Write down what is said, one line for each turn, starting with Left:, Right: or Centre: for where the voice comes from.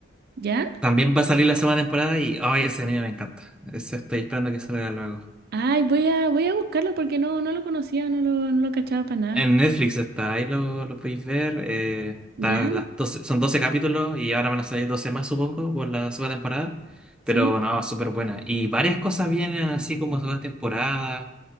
Right: ya.
Centre: también va a salir la segunda temporada y ay, ese anime me encanta. Ese estoy esperando que salga luego.
Right: Ay, voy a, voy a buscarlo porque no, no lo conocía, no lo, no lo cachaba para nada.
Centre: En Netflix está, ahí lo, lo podéis ver. eh, está
Right: Ya,
Centre: las 12 son 12 capítulos y ahora van a salir 12 más, supongo, por la segunda temporada.
Right: sí,
Centre: Pero no, súper buena. Y varias cosas vienen así como segunda temporada.